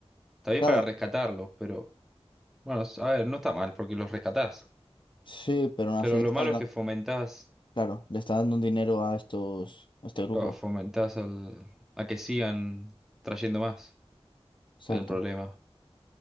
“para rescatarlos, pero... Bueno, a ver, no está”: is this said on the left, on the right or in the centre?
Centre